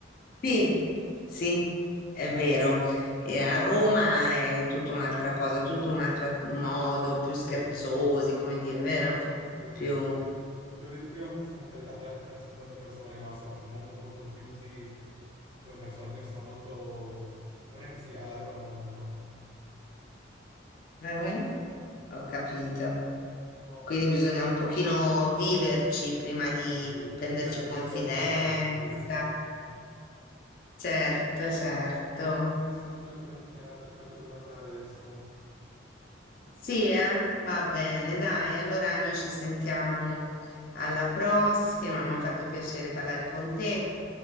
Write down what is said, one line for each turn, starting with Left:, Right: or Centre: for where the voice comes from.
Left: Sì, sì, è vero. E a Roma è tutta un'altra cosa, tutto un altro at- modo, più scherzosi,
Right: Sì.
Left: come dire, vero?
Right: Da qui a Trieste,
Left: Più
Right: se- l'ho detto prima, sono mentalità aperte perché sono tante persone, ma sono comunque molto chiusi come persone, quindi sono molto... non è che si allargano molto, no?
Left: Eh? Ho capito.
Right: Buon,
Left: Quindi bisogna un pochino viverci prima di
Right: Sì,
Left: prenderci
Right: devi prima capire
Left: confidenza.
Right: un po' la città per capirsi.
Left: Certo, certo.
Right: Grazie Nicola per la chiacchierata, credo che dovrò andare adesso.
Left: Sì, eh? Va bene, dai. Allora noi ci sentiamo alla prossima. Mi ha fatto piacere parlare con te.